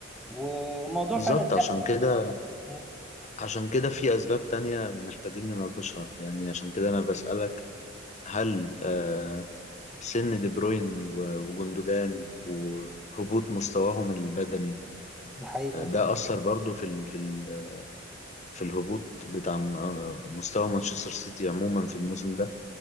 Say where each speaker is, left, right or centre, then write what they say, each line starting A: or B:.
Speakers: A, in the centre; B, on the left.
A: وموضوع
B: بالظبط
A: فعلا
B: عشان
A: لا
B: كده
A: مم.
B: عشان كده في أسباب تانية محتاجين نناقشها يعني عشان كده أنا بسألك هل آه، سن دي بروين و- وجندوجان وهبوط مستواهم البدني
A: ده حقيقة
B: آه، ده
A: فعلا
B: أثر برضو في ال في ال في الهبوط بتاع م- آه، مستوى مانشستر سيتي عموما في الموسم ده يعني